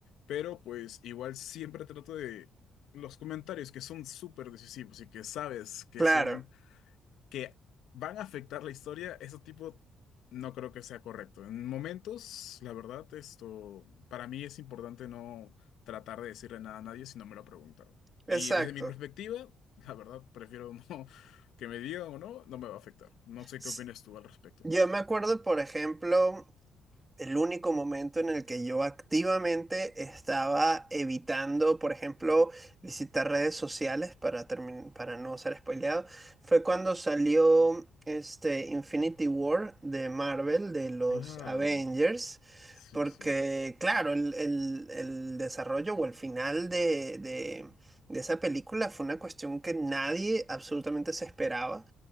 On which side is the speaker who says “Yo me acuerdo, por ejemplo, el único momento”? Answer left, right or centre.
Right